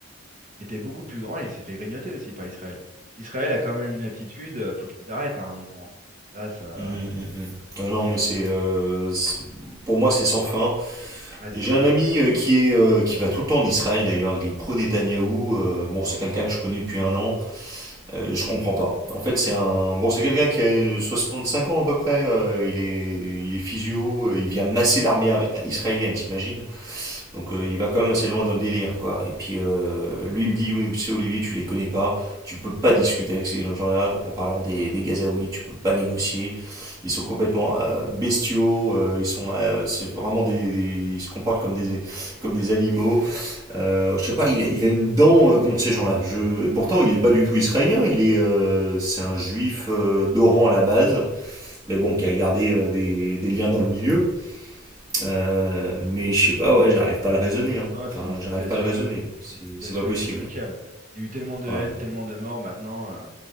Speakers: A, on the right (about 40°); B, on the right (about 20°).
A: qui était beaucoup plus grand, et il s'est fait grignoter aussi par Israël. Israël a quand même une attitude, euh, faut qu'ils arrêtent hein, à un moment. Là, ça...
B: mhm, mhm. Euh, non,
A: c'est-
B: mais c'est, euh, c'est- pour moi c'est sans fin.
A: Ouais, c'est
B: J'ai
A: ça.
B: un ami euh, qui est, euh, qui va tout le temps en Israël d'ailleurs. Il est pro Netanyahou. euh, bon,
A: Oh
B: c'est
A: là
B: quelqu'un
A: là.
B: que je connais depuis un an. Euh, je comprends pas. En fait, c'est un, bon, c'est quelqu'un qui a euh, 65 ans à peu près. euh, il est, il est physio. euh, il vient masser l'armée ar- israélienne, t'imagines? Donc euh, il va quand même assez loin dans le délire, quoi. Et puis euh, lui il me dit, oui, c'est Olivier, tu les connais pas, tu peux pas discuter avec ces gens-là en parlant des, des Gazaouis, tu peux pas négocier. Ils sont complètement euh, bestiaux, euh, ils sont, euh, c'est vraiment des, des- ils se comportent comme des, comme des animaux. Euh, je sais pas, il a, il a une dent euh, contre ces gens-là. Je, et pourtant il est pas du tout israélien, il est, euh, c'est un juif euh, d'Oran à la base, mais bon qui a gardé euh, des, des liens dans le milieu. Euh, mais je sais pas, ouais, j'arrive pas à le raisonner. hein.
A: Non, c'est
B: Enfin,
A: une situation,
B: j'arrive pas à le raisonner.
A: euh,
B: C'est
A: une situation
B: c'est pas possible.
A: inextricable. Il y a eu tellement de
B: Ouais.
A: haine, tellement de morts, maintenant, euh,